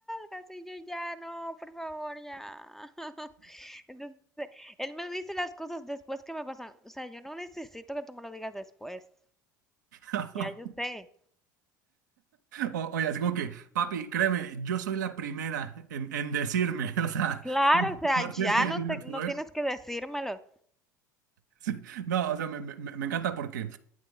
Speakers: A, in the centre; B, on the right (about 65°).
A: salgas. Y yo ya no, por favor, ya. <laughs> Entonces, él me dice las cosas después que me pasan. O sea, yo no necesito que tú me lo digas después.
B: <laughs>
A: Ya yo sé.
B: O- oye, así como que, papi, créeme, yo soy la primera en, en decirme, <laughs> o sea.
A: Claro, o sea,
B: No
A: ya
B: tienes que decirme
A: no, te-
B: tú,
A: no
B: ¿eh?
A: tienes que decírmelo.
B: Sí. No, o sea, me, me- me encanta porque